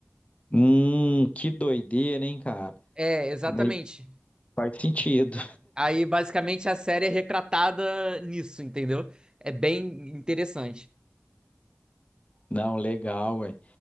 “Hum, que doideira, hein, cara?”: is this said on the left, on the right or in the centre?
Left